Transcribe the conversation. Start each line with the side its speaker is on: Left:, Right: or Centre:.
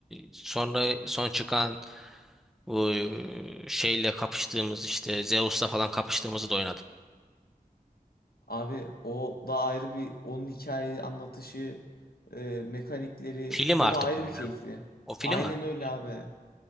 Centre: sonra son çıkan Bu e, şeyle kapıştığımız işte Zeus'la falan kapıştığımızı da oynadım.
Left: Abi o da ayrı bir onun hikaye anlatışı, e, mekanikleri
Centre: Film
Left: o
Centre: artık
Left: da ayrı
Centre: o ya.
Left: bir keyifli.
Centre: O film
Left: Aynen
Centre: artık.
Left: öyle abi.